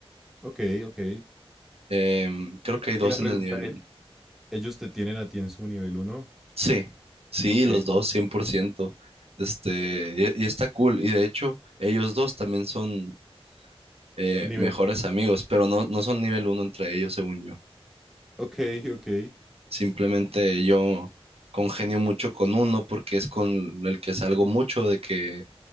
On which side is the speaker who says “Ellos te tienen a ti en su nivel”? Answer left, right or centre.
Centre